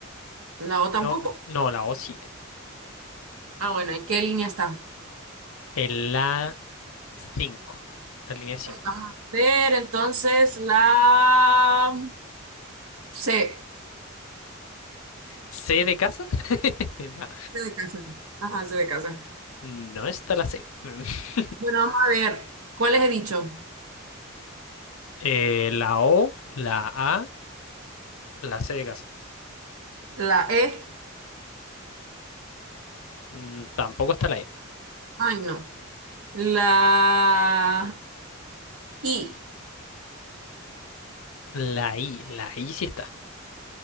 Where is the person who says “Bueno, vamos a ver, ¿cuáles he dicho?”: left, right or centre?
Right